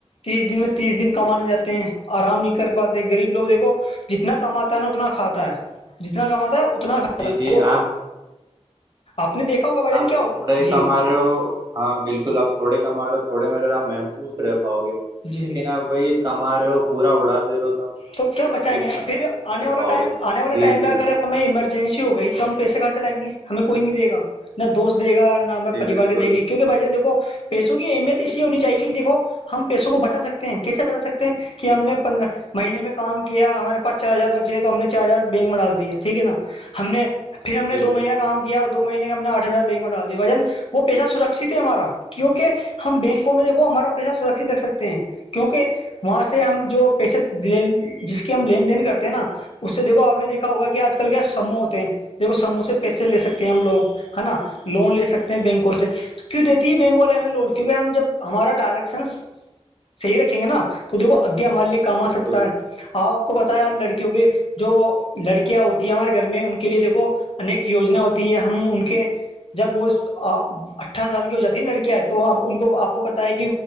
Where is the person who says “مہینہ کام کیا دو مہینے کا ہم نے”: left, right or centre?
Left